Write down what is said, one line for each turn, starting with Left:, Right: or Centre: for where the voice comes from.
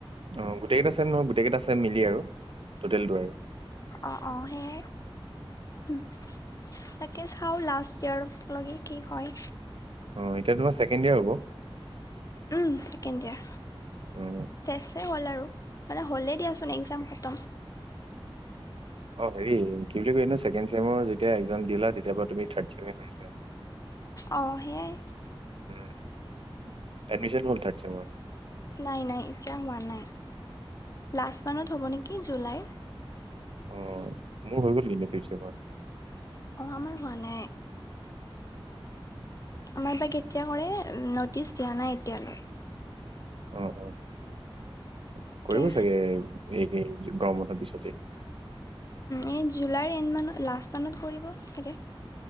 Right: অ গোটেই কেইটা ছেম নহয়, গোটেই কেইটা ছেম মিলি আৰু টটেল টু আৰু!
Left: অ অ সেয়াই উম। তাকে চাওঁ লাষ্ট ইয়ৰ লগি কি হয়
Right: অঁ এতিয়া তোমাৰ ছেকণ্ড ইয়াৰ হ'ব?
Left: উম ছেকেণ্ড ইয়াৰ।
Right: উম,
Left: চেচ হ'ল আৰু, মানে হ'লেই দিয়াচোন এক্সাম খতম।
Right: অ হেৰি কি বুলি কয়, এই ছেকেণ্ড চেমৰ যেতিয়া এক্জাম দিলা! তেতিয়াৰ পৰা তুমি থাৰ্ড চেম হৈ জোৱা।
Left: অঁ সেইয়াই।
Right: উম এডমিশন হ'ল থাৰ্ড চেমৰ?
Left: নাই নাই এতিয়া হোৱা নাই, লাষ্ট মান্থত হ'ব নেকি জুলাই!
Right: অঁ মোৰ হৈ গ'ল কিন্ত ফিপ ছেমৰ।
Left: অঁ আমাৰ হোৱা নাই! আমাৰ বা কেতিয়া কৰে নটিচ দিয়া নাই এতিয়ালৈ
Right: অঁ অঁ কৰিব
Left: তাকে
Right: চাগে এইকেই গৰম মঠৰ পিছতেই
Left: এই জুলাইৰ এণ্ড মানত লাষ্ট মানত কৰিব চাগে